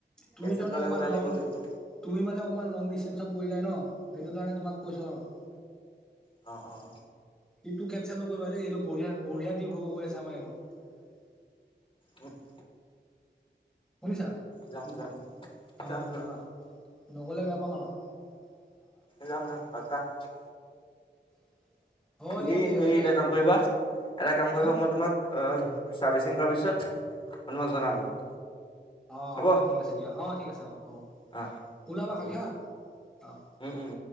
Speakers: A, in the centre; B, on the left (about 30°).
A: তুমি
B: কেনচেল
A: তাৰমানে
B: কৰিলে
A: অকনমান
B: আকৌ বেয়া লাগিবগৈ
A: লং
B: এইটো
A: তুমি মানে অকনমান লং দিছটেনচ <unintelligible> <unintelligible> পৰি যায় ন সেইটো কাৰণে তোমাক কৈছোঁ আৰু
B: অ-অ <unintelligible>
A: ট্ৰিপটো কেনচেল নকৰিবা দেই এইটো বঢিয়া-বঢ়িয়া ট্ৰিপ হব গৈ আছে আমাৰ এইটো <unintelligible> <unintelligible>
B: উম <unintelligible>
A: শুনিছা
B: যাম যাম
A: অঁ
B: যাম
A: ওলাবা
B: যাম
A: নগ'লে বেয়া পাম আৰু <unintelligible>
B: যাম-যাম পাকা <unintelligible>
A: <inaudible>
B: তুমি
A: ঠিক
B: হেৰি
A: আছে দিয়া
B: এটা কাম কৰিবা <unintelligible> এটা কাম
A: হা
B: কৰিবা মই তোমাক চাৰ্ভিচিং কৰাৰ পিছত মই তোমাক জনাম। <unintelligible>
A: অ-অ
B: হ'ব
A: ঠিক আছে দিয়া অ ঠিক আছে অ হ'ব <unintelligible>
B: অ
A: ওলাবা খালী
B: উম
A: হা <unintelligible> অঁ
B: উম উম